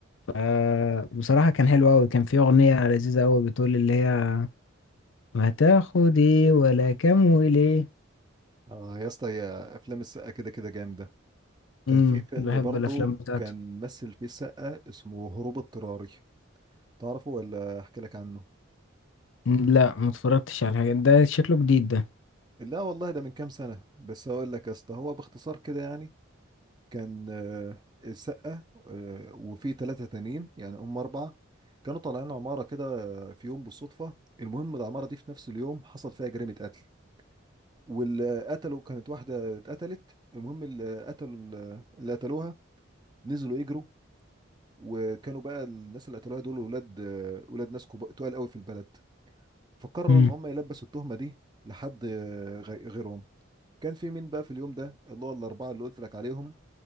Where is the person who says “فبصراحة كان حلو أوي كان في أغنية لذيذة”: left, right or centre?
Left